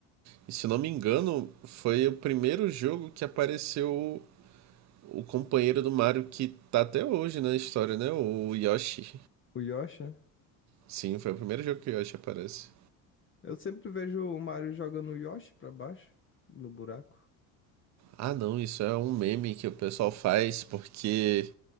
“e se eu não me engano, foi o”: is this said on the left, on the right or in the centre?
Right